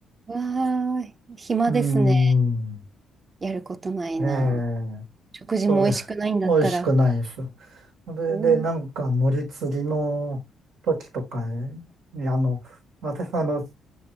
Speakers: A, on the right; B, on the right.
A: わー、暇ですね。
B: うーん。
A: やることないな。
B: ええ
A: 食事も美味しくないんだったら。
B: それ、美味しくないです。それで、
A: うわ
B: なんか、乗り継ぎの時とかに、あの、私、あの、